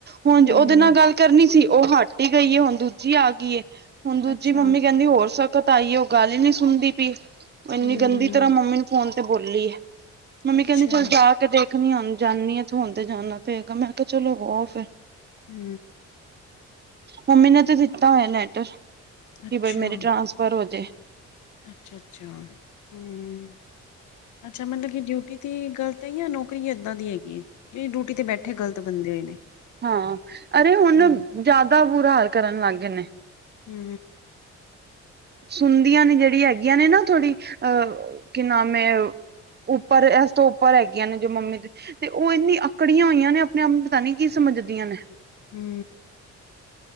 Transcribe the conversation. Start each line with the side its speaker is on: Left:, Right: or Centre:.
Right: ਹੁਣ
Left: ਹੂੰ,
Right: ਉਹਦੇ ਨਾਲ ਗੱਲ ਕਰਨੀ ਸੀ ਉਹ ਹੱਟ ਹੀ ਗਈ ਏ, ਹੁਣ ਦੂਜੀ ਆ ਗਈ ਹੁਣ ਦੂਜੀ
Left: ਅੱਛਾ,
Right: ਮੰਮੀ ਕਹਿੰਦੀ ਹੋਰ ਸਖ਼ਤ ਅਈ ਏ ਉਹ ਗੱਲ ਹੀ ਨਹੀਂ ਸੁਣਦੀ ਪਈ।
Left: ਹੂੰ,
Right: ਇੰਨੀ ਗੰਦੀ ਤਰ੍ਹਾਂ ਮੰਮੀ ਨੂੰ ਫੋਨ ਤੇ ਬੋਲੀ ਹੈ, ਮੰਮੀ
Left: ਅੱਛਾ।
Right: ਕਹਿੰਦੀ ਚੱਲ ਜਾ ਕੇ ਦੇਖਣੀ ਆ ਹੁਨ ਜਾਂਣੀ ਆ ਤੇ ਹੁਣ ਜਾਣਾ ਪਏਗਾ, ਮੈਂ ਕਿਹਾ ਚਲੋ ਆਓ ਫਿਰ
Left: ਹੂੰ,
Right: ਮੰਮੀ ਨੇ ਤਾਂ ਦਿੱਤਾ ਹੋਇਆ, ਲੈਟਰ
Left: ਅੱਛਾ,
Right: ਕਿ ਬਈ ਮੇਰੀ ਟਰਾਂਸਫਰ ਹੋ ਜਾਵੇ।
Left: ਅੱਛਾ, ਅੱਛਾ ਹੂੰ, ਅੱਛਾ ਮਤਲਬ ਕਿ ਡਿਊਟੀ ਦੀ ਗਲਤ ਹੈ, ਜਾਂ ਨੌਕਰੀ ਇੱਦਾਂ ਦੀ ਹੈਗੀ ਹੈ। ਕਿ ਰੂਟੀ ਤੇ ਬੈਠੇ ਗਲਤ ਬੰਦੇ ਹੋਏ ਨੇ,
Right: ਹਾਂ ਅਰੇ ਹੁਣ
Left: ਹਾਂ,
Right: ਜ਼ਿਆਦਾ ਬੁਰਾ ਹਾਲ ਕਰਨ ਲੱਗ ਜਾਂਏ ਨੇ।
Left: ਹੂੰ,
Right: ਸੁਣਦੀਆਂ ਨੇ ਜਿਹੜੀ ਹੈਗੀਆਂ, ਨੇ ਨਾ ਥੋੜ੍ਹੀ ਅਹ ਕੀ ਨਾਮ ਹੈ। ਉੱਪਰ ਇਸ ਤੋਂ ਉੱਪਰ ਹੈਗੀਆਂ, ਨੇ ਜੋ ਮੰਮੀ ਦੇ ਤੇ ਉਹ ਇੰਨੀ ਕੜੀਆਂ ਹੋਈਆਂ, ਨੇ ਆਪਣੇ ਆਪ ਨੂੰ ਪਤਾ ਨੀ ਕੀ ਸਮਝਦੀਆਂ ਨੇ।
Left: ਹੂੰ,